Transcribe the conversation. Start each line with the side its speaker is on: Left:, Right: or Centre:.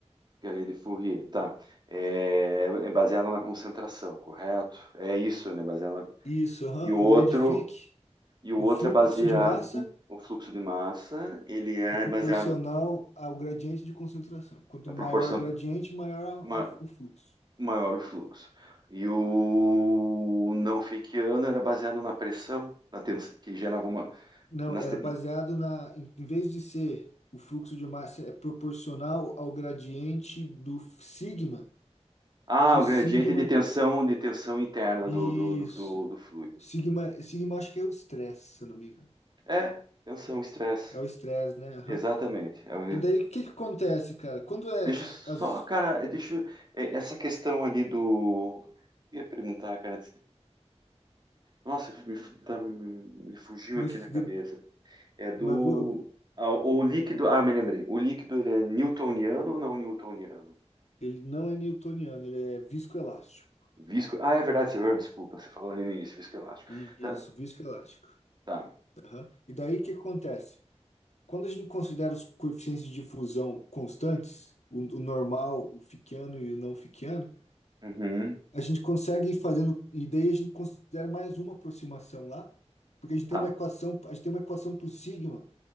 Right: que é a lei de Fourier, tá. É, é baseado na concentração, correto? É isso, né? Baseado na...
Left: Isso, aham.
Right: E o outro...
Left: Lei de Fick,
Right: E o
Left: o
Right: outro
Left: fluxo
Right: é baseado
Left: de massa
Right: no fluxo de massa, ele é
Left: é proporcional
Right: baseado...
Left: ao gradiente de concentração. Quanto
Right: É
Left: maior
Right: proporção
Left: o gradiente, maior
Right: ma-
Left: a- a- o fluxo.
Right: maior o fluxo. E o não Fickiano era baseado na pressão, na tens... que gerava uma...
Left: Não,
Right: nas
Left: era
Right: te-
Left: baseado na, em em vez de ser o fluxo de massa é proporcional ao gradiente do sigma,
Right: Ah,
Left: que o
Right: o gradiente
Left: sigma,
Right: de tensão, de tensão interna
Left: isso,
Right: do, do, do, do- do fluido.
Left: o sigma, sigma acho que é o estresse, se eu não me engano.
Right: É, tensão, estresse.
Left: É o estresse, né? Aham.
Right: Exatamente. É o-
Left: E daí o que que acontece, cara? Quando é
Right: Deixa eu só,
Left: as,
Right: cara, é, deixa eu- é, essa questão ali do. eu ia perguntar, cara. Nossa, me, fu- tá- me fugiu
Left: mas,
Right: aqui na cabeça. É do.
Left: mas vou,
Right: ah, o líquido. Ah, me lembrei. O líquido, ele é newtoniano ou não newtoniano?
Left: ele não é newtoniano, ele é viscoelástico.
Right: Visco. Ah, é verdade, senhor. Desculpa, você falou ali no início, viscoelástico.
Left: E- Isso,
Right: Tá.
Left: viscoelástico.
Right: tá.
Left: Aham. E daí o que acontece? Quando a gente considera os coeficientes de difusão constantes, o, o normal, o Fickiano e o não Fickiano,
Right: Uhum.
Left: a gente consegue ir fazendo, e daí a gente considera mais uma aproximação lá, porque a gente
Right: Tá.
Left: tem uma equação, a gente tem uma equação para o sigma